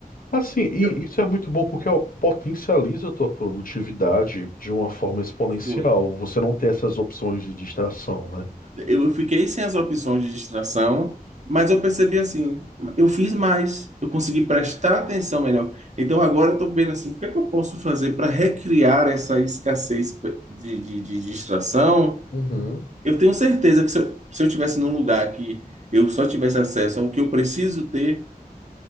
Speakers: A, on the left; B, on the right.
A: Assim, e
B: E eu-
A: isso é muito bom porque ó, potencializa a tua produtividade de uma forma exponencial.
B: Foi.
A: Você não tem essas opções de distração, né?
B: Eu fiquei sem as opções de distração, mas eu percebi assim, eu fiz mais, eu consegui prestar atenção melhor. Então agora eu estou vendo assim, o que é que eu posso fazer para recriar essa escassez de, de, de distração?
A: Uhum,
B: Eu tenho certeza que se eu, se eu tivesse num lugar que eu só tivesse acesso ao que eu preciso ter,